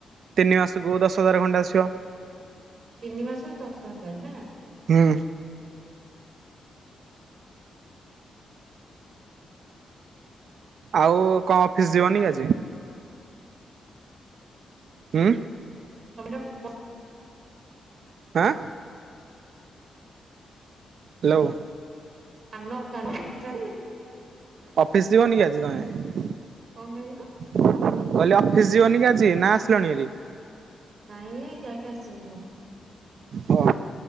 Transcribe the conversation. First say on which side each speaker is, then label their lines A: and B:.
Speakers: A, on the right; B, on the right.
A: ତିନି ମାସକୁ ଦଶ ହଜାର ଖଣ୍ଡେ ଆସିବ।
B: ତିନି ମାସ ର ଦଶ ହଜାର ନା?
A: ହୁଁ। ଆଉ କଣ ଅଫିସ ଯିବନି ଆଜି? ହୁଁ।
B: ତମେ ଟିକେ ବ
A: ଆଁ। ହ୍ୟାଲୋ।
B: ଆମ କାଢ <unintelligible>
A: ଅଫିସ ଯିବନି କି ଆଜି ତମେ।
B: କଣ କହିଲ।
A: କହିଲି ଅଫିସ ଯିବନି କି ଆଜି ନା ଆସିଲଣି ଆରି।
B: ନାଇଁ ଯାଇକି ଆସିଲିଣି ଭାରି।
A: ଓହୋ